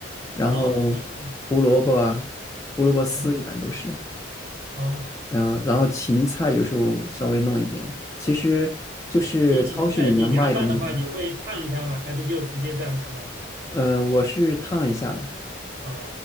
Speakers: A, on the left (about 15°); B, on the right (about 45°).
A: 然后胡萝卜啊胡萝卜丝一般都是，
B: 哦哦哦哦。
A: 然后然后芹菜有时候稍微弄一点，其实就是超市里面卖的那种，
B: 你勤快，你凉拌的话，你会烫一下吗？还是就直接这样凉拌？
A: 呃，我是烫一下的。
B: 哦